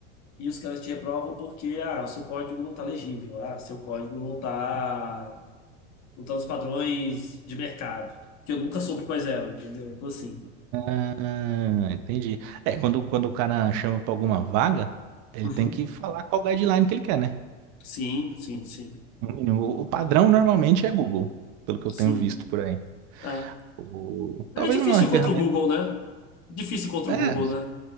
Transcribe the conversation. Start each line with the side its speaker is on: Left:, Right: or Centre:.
Left: e os caras te reprovam porque, ah, o seu código não tá legível, ah, seu código não tá. montando os padrões de mercado, que eu nunca soube quais eram, entendeu? Então, assim.
Right: Ah, entendi. É, quando, quando o cara chama pra alguma vaga, ele
Left: Uhum.
Right: tem que falar qual guideline que ele quer, né?
Left: Sim, sim, sim.
Right: No mínimo. O o padrão normalmente é Google, pelo que
Left: Sim.
Right: eu tenho visto por aí.
Left: É.
Right: O- Talvez
Left: É difícil
Right: uma ferramenta.
Left: contra o Google, né? Difícil contra
Right: É,
Left: o Google, né?